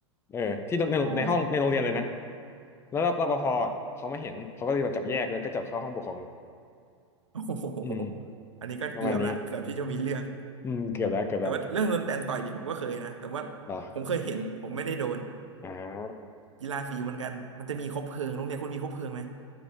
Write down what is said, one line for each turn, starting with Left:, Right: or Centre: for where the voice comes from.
Left: เออที่ในในห้องในโรงเรียนเลยนะ
Right: อ๋อ
Left: แล้วรปภอะเขามาเห็นเขาก็เลยแบบจับแยกแล้วก็จับเข้าห้องปกครองเลย
Right: โอ้โห
Left: อืม
Right: อันนี้ก็เกือบละเกือบที่จะมีเรื่อง
Left: ประมาณนี้ อืมเกือบแล้วเกือบแล้ว
Right: แต่ว่าเรื่องโดนแตนต่อยนี่ผมก็เคยนะ แต่ว่า
Left: เหรอ
Right: ผมเคยเห็นผมไม่ได้โดน
Left: อ่า
Right: กีฬาสีเหมือนกัน มันจะมีคบเพลิงโรงเรียนคุณมีคบเพลิงไหม